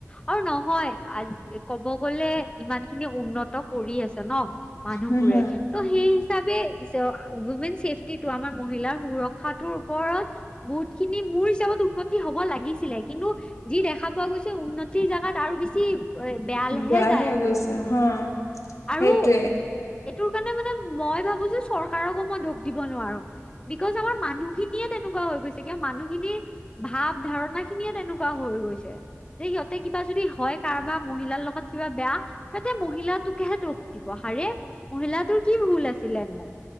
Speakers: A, on the left (about 20°); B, on the left (about 75°).
A: আৰু নহয় আজি ক'ব গ'লে ইমান খিনি উন্নত ত কৰি আছে ন' মানুহবোৰে।
B: হম হম
A: ত' সেই হিচাপে উমেন ছেফটিটো আমাৰ মহিলাৰ সুৰক্ষাটোৰ ওপৰত বহুত খিনি মোৰ হিচাপত উন্নতি হ'ব লাগিছিলে কিন্তু যি দেখা দেখা পোৱা গৈছে উন্নতিৰ জেগাত আৰু বেছি এ বেয়ালেহে
B: বেয়াহে
A: যায়
B: হৈ
A: আছে
B: গৈছে
A: বস্তুবোৰ
B: হা
A: আৰু
B: সেইটোৱে
A: এইটোৰ কাৰণে মানে মই ভাবো যে চৰকাৰকো মই দুখ দিব নোৱাৰোঁ। বিকজ আমাৰ মানুহখিনিয়ে তেনেকুৱা হৈ গৈছে কিয় মানুহখিনিৰ ভাৱ ধাৰণা খিনিয়ে তেনেকুৱা হৈ গৈছে যে সিহঁতে কিবা যদি হয় কাৰোবাক মহিলাৰ লগত কিবা বেয়া সিহঁতে মহিলাটোকেহে দুখ দিব, হাৰে মহিলাটোৰ কি ভুল আছিলেনো।